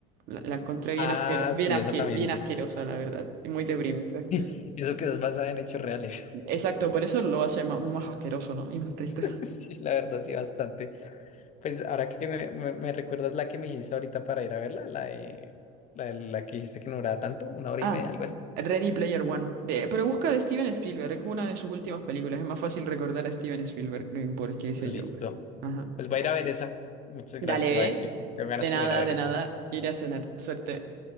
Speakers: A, on the right; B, on the left.
A: La, la encontré bien
B: Ah,
A: asquero, bien
B: sí,
A: asque-
B: esa también.
A: bien asquerosa, la verdad. Y muy deprimente.
B: <laughs> Eso que es basada en hechos reales.
A: Exacto, por eso lo hace ma- aún más asqueroso, ¿no? <laughs> Y más triste.
B: <laughs> Sí, la verdad, sí, bastante. Pues ahora que me, me- me recuerdas la que me dijiste ahorita para ir a verla, la de, la, de- la que dijiste que no duraba tanto, una hora
A: Ah,
B: y media, algo así.
A: Ready Player One. De, pero busca de Steven Spielberg, es una de sus últimas películas. Es más fácil recordar a Steven Spielberg eh, porque
B: Listo.
A: sé yo, güey. Ajá.
B: Pues voy a ir a ver esa. Muchas
A: Dale,
B: gracias, bye.
A: ¿eh?
B: Yo tengo ganas
A: De
B: como
A: nada,
B: ir a ver
A: de
B: esa
A: nada.
B: ahorita.
A: Iré a cenar. Suerte.